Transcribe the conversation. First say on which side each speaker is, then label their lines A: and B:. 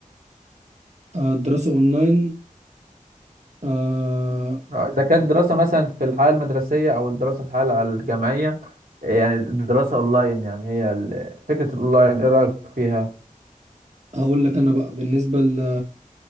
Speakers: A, on the right; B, on the right.
A: آه، الدراسة أونلاين آه،
B: آه، اذا كانت دراسة مثلا في الحياة المدرسية او الدراسة في الحياة الجامعية إيه يعني الدراسة اونلاين يعني هي ال- فكرة الاونلاين ايه رأيك فيها
A: هقول لك أنا بقى بالنسبة ل